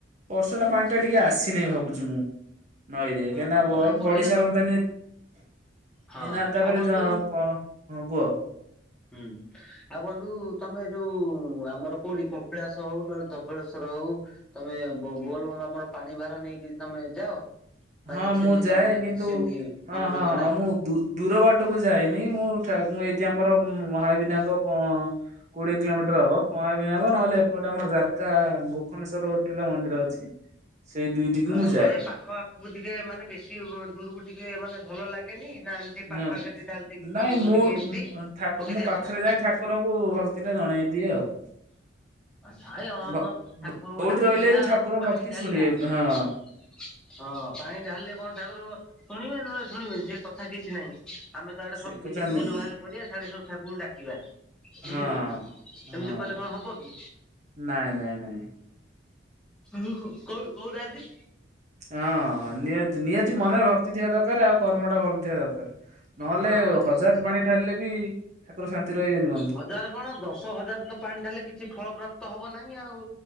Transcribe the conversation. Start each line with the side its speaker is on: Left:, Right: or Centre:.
Right: ବର୍ଷା
Centre: ହଁ।
Right: ଟା ପାଣି ଟା ଟିକେ ଆସିନାହିଁ ଭାବୁଚି ମୁଁ। ନଈରେ
Centre: ହଁ
Right: କାହିଁକିନା
Centre: ହବ ନାଇଁ ବଳିନା
Right: ପଡିଶାରନ୍ତାଣି
Centre: ପା
Right: ଏ
Centre: ହଁ
Right: ନା ତାପରେ
Centre: ଆଉ ବନ୍ଧୁ
Right: ଯ ପ ହଁ କୁହ।
Centre: ହୁଁ। ଆଉ ବନ୍ଧୁ ତମେ ଯୋଉ ଆମର କୋଉଠି କପିଳାସ ହଉ ନହେଲେ ଧବଳେଶ୍ଵର ହଉ- ତମେ ବୋଲ ବମ୍ ଆମର ପାଣି ଭାର ନେଇକି ତମେ ଯାଅ। ନା
Right: ହଁ
Centre: ସେ ସେମିତି
Right: ମୁଁ ଯାଏ
Centre: ଯାଅନା
Right: କିନ୍ତୁ
Centre: କିଛି ସେମିତି
Right: ହଁ
Centre: ମନୋଯୋଗ
Right: ହଁ ହଁ
Centre: ନାହିଁ।
Right: ମୁଁ ଦୂ- ଦୂର ବାଟକୁ ଯାଏନି ମୁଁ ଏଇଠି ଆମର ମହାବିନାୟକ କ କୋଡ଼ିଏ କିଲୋମିଟର ହବ। ମହାବିନାୟକ ନହେଲେ ଏପଟେ ଆମର ଜାରକା ଗୋକନେଶ୍ଵର ଗୋଟେ ମନ୍ଦିର ଅଛି। ସେଇ ଦୁଇଟିକୁ
Centre: ହଁ
Right: ମୁଁ ଯାଏ
Centre: ତମେ ପାଖ ଆଖକୁ ଟିକେ ମାନେ ବେଶୀ ଦୂରକୁ ଟିକେ ଭଲ ଲାଗେନି ନା ଏମ ନି ସେ ପାଖ
Right: ହଁ।
Centre: ଆଖ ଢାଲି ଦେଇକି
Right: ନାଇଁ
Centre: ଠାକୁରଙ୍କୁ
Right: ମୁଁ
Centre: ଟିକେ ଏମିତି
Right: ଠାକୁ
Centre: ପକେଇ
Right: ମୁଁ
Centre: ଦେଇ
Right: ପାଖରେ
Centre: ଆସ।
Right: ଯାଇ ଠାକୁରଙ୍କୁ ଭକ୍ତିଟା ଜଣେଇ ଦିଏ ଆଉ।
Centre: ଭାଇ ହଁ
Right: ଭ-
Centre: ମ ଠାକୁରଙ୍କୁ
Right: କୋଉଠି
Centre: ଡାକିବା
Right: ରହିଲେ ବି ଠାକୁର
Centre: ଆଉ ପାଣି
Right: ଭକ୍ତି
Centre: ଢାଳିବା
Right: ଶୁଣିବେ
Centre: ହଁ
Right: ହଁ।
Centre: ପାଣି ଢାଳିଲେ କଣ ଠାକୁର ଶୁଣିବେ ନହେଲେ ଶୁଣିବେନି ସେ କଥା କିଛି ନାହିଁ। ଆମେ ତ ଆଡେ
Right: ସେ
Centre: ସବୁ
Right: କଥା
Centre: କିଛି
Right: ନୁହେଁ
Centre: ଭୁଲ ଭାଲ କରିବା ସିଆଡେ ସବୁ ଠାକୁରଙ୍କୁ ଡାକିବା। ବୁଝିଲେ
Right: ହଁ
Centre: ଏମିତି
Right: ହଁ
Centre: କହିଲେ କଣ ହବ କି।
Right: ନାଇଁ ନାଇଁ ନାଇଁ
Centre: ହ କଉ କୋଉ ନାହାତି।
Right: ହଁ ନିହାତି ନିହାତି ମନରେ ଭକ୍ତି ଥିବା ଦରକାର ଆଉ କର୍ମଟା ଭଲ ଥିବା ଦରକାର। ନହେଲେ
Centre: ହଁ ହଁ ନିଶ୍ଚିନ୍ତ
Right: ହଜାର ପାଣି ଢାଳିଲେ ବି ଠାକୁର ଶାନ୍ତି ରହିବେନି ବନ୍ଧୁ।
Centre: ହଜାର କଣ ଦଶ ହଜାର ତ ପାଣି ଢାଳିଲେ କିଛି ଫଳ ପ୍ରପ୍ତ ହବ ନାହିଁ ଆଉ